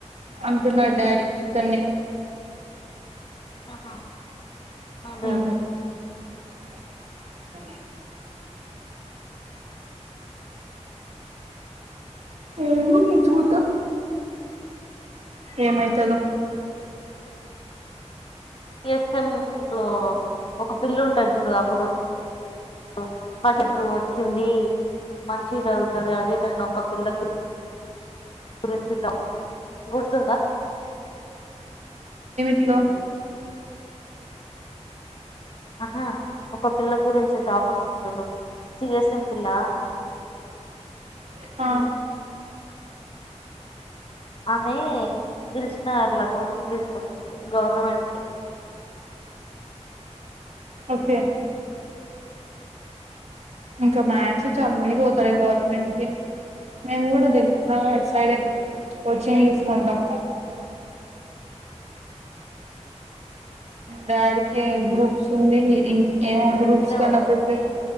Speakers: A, on the right; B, on the left.
A: అంటున్నారు డాడీ ఇక్కన్నే
B: ఆహా అదే
A: హ్
B: అదే
A: <inaudible> ఏమో తె చూద్దాం ఏమయితదో
B: <inaudible> ఎస్ఎం లో ఒక పిల్ల ఉంటది చూడు అప్పుడు <inaudible> వచ్చింది మంచిగా చదువుతది అది ఇదని ఒక పిల్ల గురించి <inaudible> గుర్తుందా
A: ట్లో
B: ఆహా ఒక పిల్ల గురించి టాక్ వచ్చింది చూడు సిఎస్ఎం పిల్ల
A: ఆ
B: ఆమె దిలుసుఖ్ నగర్లా కోచింగ్ తీసుకుంటుంది గవర్నమెంట్ కి.
A: ఓకే ఇంకా మ్యా క్స్ చాలా మంది పోతారే గవర్నమెంట్ కి మేము కూడా దిలుసుఖ్ నగర్ సైడే కోచింగ్ తీసుకుంటాం. డాడీకి గ్రూప్స్ ఉంది ఇం ఎమో గ్రూప్స్
B: ఎవరెవరు
A: కన్నా ప్రిపేర్